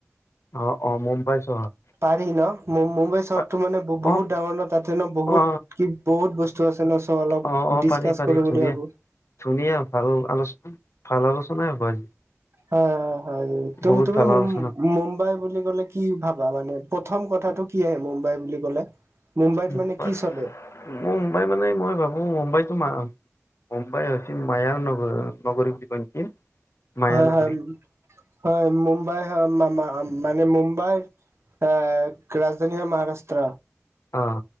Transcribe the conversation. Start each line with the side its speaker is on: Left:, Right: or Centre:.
Left: অ', অ', মুম্বাই চহৰ?
Right: পাৰি ন? মুম্ব-মুম্বাই চহৰটো
Left: পা-
Right: মানে বহুত
Left: অ
Right: ডাঙৰ ন' তাতে ন' বহুত
Left: অ
Right: কি বহুত বস্তু আছে ন, চ' অলপ
Left: অ অ
Right: ডিচকাচ
Left: পাৰি পাৰি
Right: কৰোঁ
Left: ধুনীয়া
Right: বুলি ভাবোঁ।
Left: ধুনীয়া ভাল আলোচনা, ভাল আলোচনাই হ'ব আজি।
Right: হয়, হয়,
Left: বহুত
Right: হয়। তুমি
Left: ভাল আলোচনা
Right: মুম্বাই বুলি ক'লে কি ভাব মানে প্ৰথম কথাটো কি আহে মুম্বাই বুলি ক'লে? মুম্বাইত
Left: মুম্বাই,
Right: মানে কি চলে
Left: মুম্বাই মানে মই ভাবোঁ মুম্বাইতো ম মুম্বাই <unintelligible> মায়াৰ নগৰ আৰু নগৰি বুলি কয় নেকি? মায়া
Right: হয়,
Left: নগৰী
Right: হয়, হয়, মুম্বাই হয়, মা- মানে মুম্বাই এ, ৰাজধানী হয়, মহাৰাষ্ট্ৰ।
Left: অ',